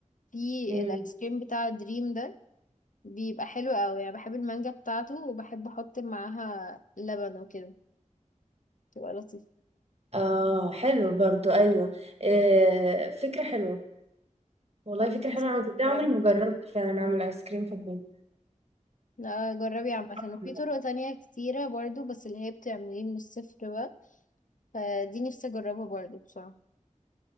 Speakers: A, on the left; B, on the right.
A: في
B: مم.
A: الايس كريم بتاع دريم ده بيبقى حلو قوي يعني بحب المانجا بتاعته وبحب احط معاها لبن وكده تبقى لطيفة
B: اه حلو برضو ايوه آه فكرة حلوة والله
A: اه
B: فكرة حلوة
A: انصحك
B: انا كنت
A: تجربي
B: عمري ما جربت فعلا اعمل ايس كريم في البيت
A: لا جربي عامة
B: <laughs>
A: وفي طرق تانية كتيرة برضو بس اللي هي بتعمليه من الصفر بقى فدي نفسي اجربها برضو بصراحة